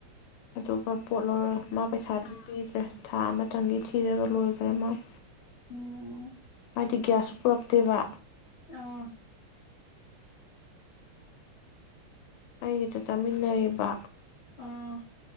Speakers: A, on the left; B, on the left.
A: ꯑꯗꯨꯒ ꯄꯣꯠ ꯂꯧꯔꯣꯏ ꯃꯥ ꯄꯩꯁꯥ ꯑꯗꯨꯝ ꯄꯤꯗ꯭ꯔꯦ ꯊꯥ ꯑꯃꯇꯪꯒꯤ ꯊꯤꯔꯒ ꯂꯣꯏꯈ꯭ꯔꯦ ꯃꯥꯏ
B: ꯎꯝ
A: ꯍꯥꯏꯗꯤ ꯒ꯭ꯌꯥꯁꯁꯨ ꯄꯨꯔꯛꯇꯦꯕ
B: ꯑꯥ
A: ꯑꯩꯒꯤꯗ ꯆꯥꯃꯤꯟꯅꯩꯔꯤꯕ
B: ꯑꯥ